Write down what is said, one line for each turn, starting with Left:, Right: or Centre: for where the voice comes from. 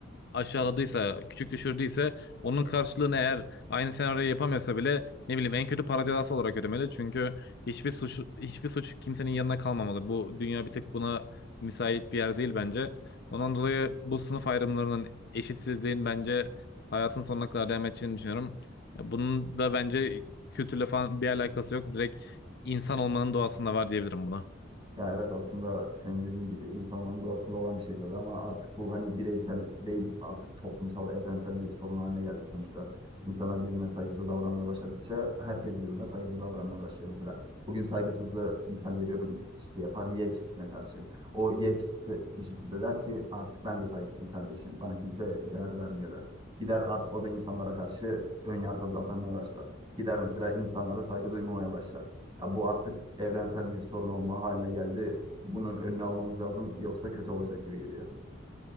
Left: aşağıladıysa, küçük düşürdüyse onun karşılığını eğer aynı senaryoyu yapamıyorsa bile ne bileyim en kötü para cezası olarak ödemeli. Çünkü hiçbir suç hiçbir suç kimsenin yanına kalmamalı. Bu dünya bir tek buna müsait bir yer değil bence. Ondan dolayı bu sınıf ayrımlarının eşitsizliğin bence hayatın sonuna kadar devam edeceğini düşünüyorum. Bunun da bence kültürle falan bir alakası yok. Direkt insan olmanın doğasında var diyebilirim buna.
Right: Ya evet aslında senin dediğin gibi insan olmanın doğasında olan bir şey tabii ama artık bu hani bireysel değil artık toplumsal evrensel bir sorun haline geldi sonuçta. İnsanlar birbirine saygısız davranmaya başladıkça herkes birbirine saygısız davranmaya başlıyor mesela. Bugün saygısızlığı misal veriyorum X kişisi yapar Y kişisine karşı. O Y kişisi de, kişisi de der ki artık ben de saygısızım kardeşim bana kimse değer vermiyor der. Gider artık o da insanlara karşı ön yargılı davranmaya başlar. Gider mesela insanlara saygı duymamaya başlar. Ya bu artık evrensel bir sorun olma haline geldi. Bunun önünü almamız lazım yoksa kötü olacak gibi geliyor.